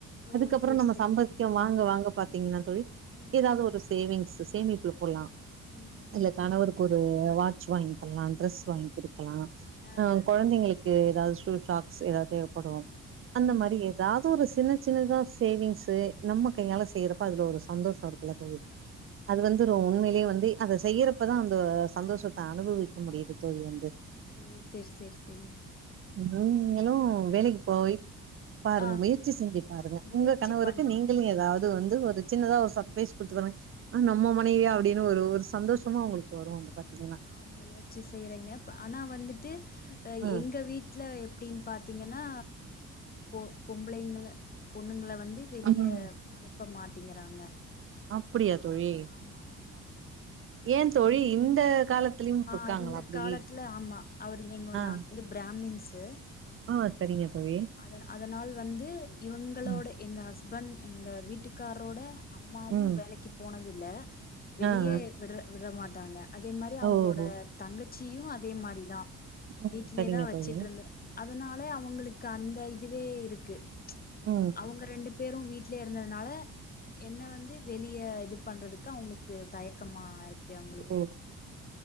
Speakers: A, on the left; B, on the right.
A: ஓ
B: அதுக்கப்புறோ
A: செரி
B: நம்ம
A: செரிங்க
B: சம்ப த்தியோ வாங்க வாங்க பாத்தீங்கன்னா தோழி
A: ம்
B: எதாவது ஒரு சேவிங்ஸ்சு சேமிப்புல போட்லா
A: ம் ம்
B: இல்ல கணவருக்கு ஒரு வாட்ச் வாங்கி தர்லா ட்ரெஸ் வாங்கி குடு க்லா
A: ஆ
B: அ
A: ஆ
B: கொழந்தைங்களுக்கு ஏதாவது ஷூ ஷாக்ஸ் ஏதாது தேவப்படு அந்த
A: ம்
B: மாரி
A: ம்
B: ஏதாது ஒரு சின்ன சின்னதா சேவிங்ஸு நம்ம கையால செய்யறப்ப அதுல ஒரு சந்தோஷோ இ இல்ல தோழி அது வந்துரு உண்மைலே வந்து அத செய்யறப் ப தா அந்த சந்தோஷத்த அனுபவிக்க முடியுது தோழி வந்து
A: ஓ சேர் சேர் சேரிங்
B: நீங்களு வேலைக்கு போய் பாருங்க
A: ஆ
B: முயற்சி செஞ்சு பாருங்க
A: முயற்சி
B: உங்க கணவருக்கு
A: பண்றே
B: நீங்களு ஏதாவது வந்து ஒரு இந்த சின்னதா ஒரு சப்பபைஸ் குடுத்து பாருங்க ஆ நம்ம மனைவியா அப்டின் ஒரு ஒரு சந்தோஷமு அவுங்ளுக்கு வரு வந்து பாத்தீங்கன்னா
A: ஆ முயற்சி செய்றேங்க ப் ஆனா வந்துட்டு அ
B: ஆ
A: எங்க வீட் ட்ல எப்டின் பாத்தீங்கன்னா பொ பொம்ளைங்கள அ பொண்ணுங்கள வந்து வெளிய
B: ம்
A: அனுப்ப மாட்டீங்கறாங்க
B: அப்டியா தோழி
A: ஆமா ஆமா
B: ஏன் தோழி இந்த காலத்துலயும்
A: ஆ
B: இருக்காங்களா
A: இந்த
B: அப்டி
A: காலத்துல ஆமா அவருங் எங்க
B: ஆ
A: நான் வந்து பிராமின்ஸு
B: ஆ சரிங்க தோழி
A: அத அதனால் வந்து இவுங்களோட
B: ம்
A: எங்க ஹஸ்பண்ட் எங்க வீட்டுக்கார்ரோட அம்மாவு
B: ம்
A: வேலைக்கு போனதில்ல வெளியே
B: ஆ ஆ
A: விட்ர விட மாட்டாங்க அதே மாரி அவுங்களோட
B: ஓஹோ
A: தங்கச்சியு அதே மாரி தா
B: ம்
A: வீட்லே
B: சரிங்க
A: தா வச்சுட்ருந்து
B: தோழி
A: அதனாலே அவுங்களுக்கு அந்த இதுவே இருக்கு
B: ம் ம்
A: அவுங்க ரெண்டு பேரு வீட்லே இருந்ததுனால என்ன வந்து வெளிய இது பண்றதுக்கு அவுங்களுக்கு தயக்கமா இருக்கு அவுங்களுக்கு
B: ஓ